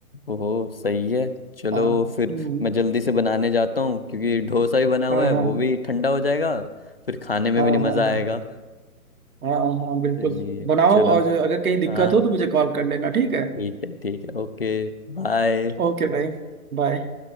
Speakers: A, on the left; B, on the right.
A: ओह सही है चलो
B: हाँ
A: फिर
B: हम्म,
A: मैं जल्दी से बनाने जाता हूँ क्योंकि डोसा ही बना हुआ
B: हाँ
A: है
B: हाँ
A: वो भी ठंडा हो जाएगा फिर खाने में
B: हाँ
A: भी नहीं मज़ा
B: हाँ
A: आएगा
B: हाँ हाँ हाँ बिल्कुल
A: तो ये है।
B: बनाओ
A: चलो
B: और अगर कहीं दिक्कत
A: हाँ
B: हो तो मुझे कॉल कर लेना ठीक है
A: ठीक है ठीक है ओके बाय
B: ओके भाई बाय